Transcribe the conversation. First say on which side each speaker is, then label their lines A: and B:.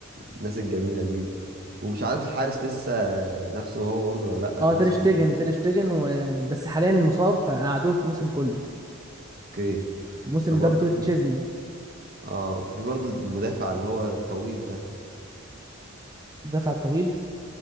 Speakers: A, on the right (about 45°); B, on the right (about 20°).
A: الناس الجميلة دي ومش عارف الحارس لسه نفسه هو برضه ولا لأ
B: اه
A: كان
B: تير
A: اسمه
B: شتيجن
A: ايه
B: تير شتيجن و... بس حاليا مصاب فقعدوه الموسم كله
A: اوكي
B: الموسم
A: كان
B: ده
A: برضه
B: بطولة
A: في-
B: تشيزني
A: اه وكان في برضه المدافع اللي هو الطويل ده
B: دفع طويل